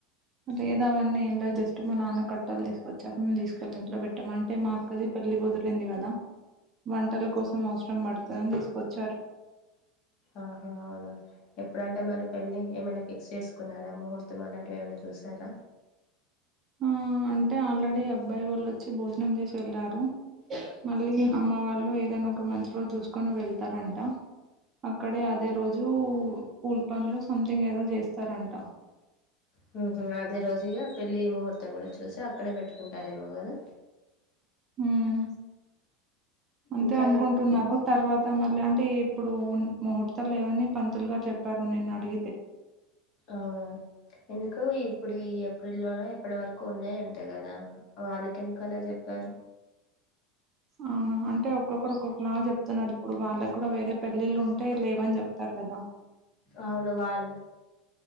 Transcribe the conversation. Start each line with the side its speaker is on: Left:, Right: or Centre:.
Right: లేదు అవన్నీ ఏం లే జస్ట్ మా నాన్న కట్టలు తీసుకొచ్చారు మేము తీసుకెళ్ళి ఇంట్లో పెట్టాం అంటే మా అక్కది పెళ్లి కుదిరింది కదా. వంటల కోసం అవ సరం పడుతదని తీసుకొచ్చారు
Left: ఆహా అవునా ఎప్పుడంట మరి పెళ్ళి ఏమైనా ఫిక్స్ చేసుకున్నారా ముహూర్తం అలాంటివి ఏమైనా చూసారా.
Right: ఆ అంటే ఆల్రెడీ అబ్బాయి వాళ్ళు వచ్చి భోజనం చేసి వెళ్ళారు. మళ్ళీ అమ్మాయి వాళ్ళు ఏదైనా ఒక మంచి రోజు చూసుకొని వెళ్తారంట అక్కడే అదే రోజు పూల్ పండ్లు సంథింగ్ ఏదో చేస్తారంట.
Left: మ్మ హ్మ్ అదే రోజిగా పెళ్లి ముహూర్ త్తం గూడ చూసాం అక్కడే బెట్టుకుంటారేమో గదా
Right: హ్మ్ అంతే
Left: ఇంకా
Right: అనుకుంటున్నారు తర్వాత మళ్ళీ అంటే టే ఇప్పుడు ముహూర్తాలు లేవని పంతులుగారు చెప్పారు నిన్న అడిగితే
Left: అవునా ఎందుకు ఇప్పుడు ఈఎప్ ప్రిల్లో న ఇప్పటి వరకు ఉన్నాయంటాయి కదా వాళ్ళకెందుకు అలా జెప్పారు
Right: అవునా అంటే ఒక్కొక్కరు ఒక్కొక్క లాగా చెప్తున్నారు ఇప్పుడు వాళ్ళకి కూడా వేరే పెళ్ళిళ్ళు ఉంటే లేవని చెప్తారు లేదా
Left: అవును వాళ్ళు